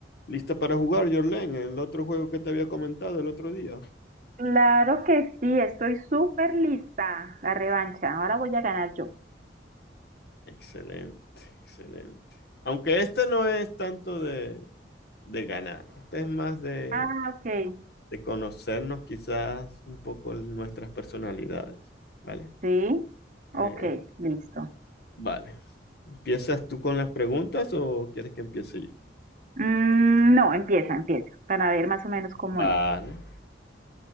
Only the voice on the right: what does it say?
Claro que sí, estoy súper lista. La revancha. Ahora voy a ganar yo.
Ah, ok.
Sí.
Ok, listo.
Mm, no, empieza, empieza. Para ver más o menos cómo
es.